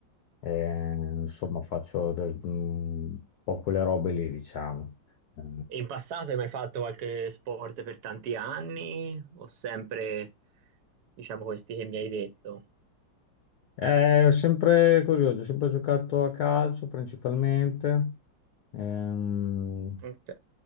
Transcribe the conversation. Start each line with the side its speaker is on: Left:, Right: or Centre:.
Left: eh, insomma faccio del- mm, un po' quelle robe lì, diciamo. Eh,
Right: E in passato hai mai fatto qualche sport per tanti anni o sempre, diciamo, questi che mi hai detto?
Left: È sempre così, ho sempre giocato a calcio principalmente ehm,
Right: Ok.